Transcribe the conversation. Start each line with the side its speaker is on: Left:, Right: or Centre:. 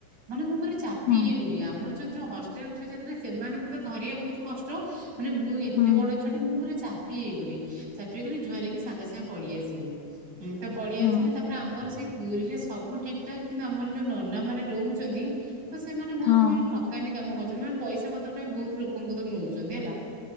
Right: ମାନେ ମୁଁ ପୁରା ଚାପି
Left: ହୁଁ
Right: ହେଇଗଲି ଆମର ଯୋଉ ହଷ୍ଟେଲ ଛୁଆ ଯାଇଥିଲେ ସେମାନଙ୍କୁ ତ ଧରିବା ବହୁତ କଷ୍ଟ। ମାନେ ମୁଁ ଏତେ
Left: ହୁଁ
Right: ବଡ ଛୁଆଟେ ମୁଁ ପୁରା ଚାପି ହେଇଗଲି ଚାପି ହେଇଗଲି ଯୁହାର ହେଇକି ସାଙ୍ଗେ ସାଙ୍ଗେ ପଳେଇଆସିଲି। ହଁ ତ ପଳେଇଆସିଲି
Left: ହଁ
Right: ତାପରେ ଆମର ସେଇ ପୁରୀରେ ସବୁ ଠିକ୍ ଠାକ୍ କିନ୍ତୁ ଆମର ଯୋଉ ନନା ମାନେ ରହୁଛନ୍ତି ତ ସେମାନେ ବହୁତ
Left: ହଁ
Right: ସେମାନେ ଠକ କାମି କାମ କରୁଛନ୍ତି ମାନେ ପଇସା ପତର ପାଇଁ ବହୁତ ଲୋକଙ୍କ କତିରୁ ନଉଛନ୍ତି ହେଲା